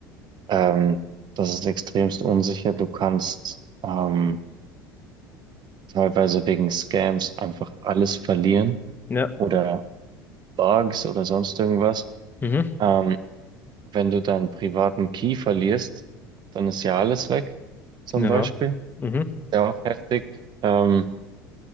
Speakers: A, on the right; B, on the left.
A: Ähm, das ist extremst unsicher. Du kannst ähm, teilweise wegen Scams einfach alles verlieren
B: Ja.
A: oder Bugs oder sonst irgendwas.
B: Mhm.
A: Ähm, wenn du deinen privaten Key verlierst, dann ist ja alles weg, zum
B: Ja.
A: Beispiel.
B: Mhm.
A: Ja, auch heftig. Ähm,